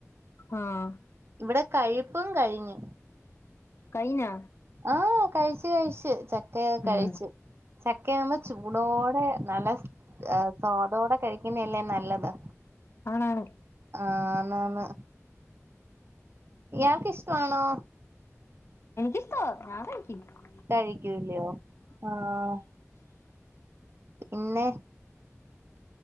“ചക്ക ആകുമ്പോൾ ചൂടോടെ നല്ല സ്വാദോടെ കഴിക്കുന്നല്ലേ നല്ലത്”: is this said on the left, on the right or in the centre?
Right